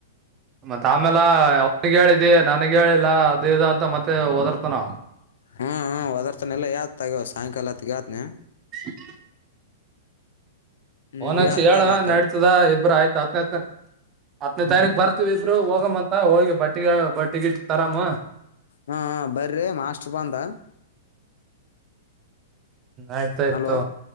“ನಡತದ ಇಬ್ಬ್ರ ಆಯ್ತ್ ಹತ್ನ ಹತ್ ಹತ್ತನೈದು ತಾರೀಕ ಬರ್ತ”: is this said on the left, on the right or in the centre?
Right